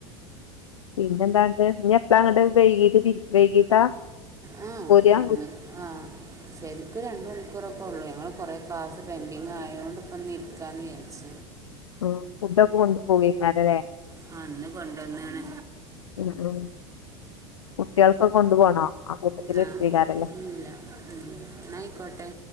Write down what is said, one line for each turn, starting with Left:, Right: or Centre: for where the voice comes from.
Left: പിന്നെ എന്താണ്ട് എപ്പളാ ഇങ്ങട്ട് വൈകീട്ട് തിരി വൈകീട്ടാ
Right: ആ
Left: പോരാ
Right: ഇന്ന് ആ ശരിക്കും രണ്ട് മണിക്കൂറവും ഇപ്പ ഉള്ളൂ ഞങ്ങൾ കുറെ ക്ലാസ് പെൻഡിങ് ആയോണ്ട് ഇപ്പം ഇന്ന് ഇരിക്കാന്ന് വിചാരിച്
Left: ആഹ് ഫുഡൊക്കെ കൊണ്ടു പോവേക്കാരംലേ
Right: ആഹ് ഇന്ന് കൊണ്ടന്നീണ്
Left: ഉം ഉം കുട്ട്യാൾക്കൊക്കെ കൊണ്ടു പോണോ കൂട്ടത്തില്
Right: ആഹ്
Left: എടുത്തേക്കാരല്ലേ
Right: ഇല്ല ഉം ഇന്നാ അയിക്കോട്ടെ